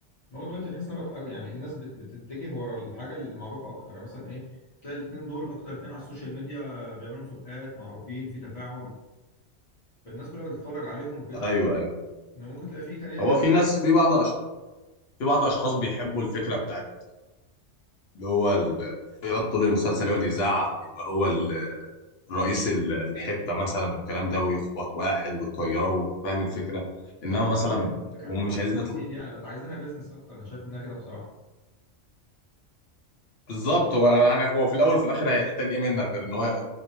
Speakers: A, on the left (about 35°); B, on the left (about 65°).
A: هو دلوقتي تحس ان بقى يعني الناس بت- بتتجه ورا الحاجه المعروفه اكتر يعني مثلا ايه تلاقي الاثنين دول اكتر اثنين على السوشيال ميديا بيعملوا مسابقات معروفين في تفاعل فالناس كلها بتتفرج عليهم وكده
B: ايوه أيوة.
A: انما ممكن تلاقي في تانية
B: هو
A: ناس
B: في
A: تانية-
B: ناس في بعض أشخاص في بعض أشخاص بيحبوا الفكرة بتاعت اللي هو ال... يقعد طول المسلسل يقعد يزعق ويبقى هو ال... رئيس ال- الحتة مثلا والكلام ده ويخبط واحد ويطيره فاهم الفكرة إنما
A: ما ده
B: مثلا
A: هبل يعني ده كده
B: هم
A: ما عملتش
B: مش عايزين
A: تمثيل
B: يطل...
A: يعني بقت عايزينها بيزنس اكتر انا شايف انها كده بصراحه
B: بالظبط هو يعني هو في الأول وفي الآخر هيحتاج إيه منك غير إن هو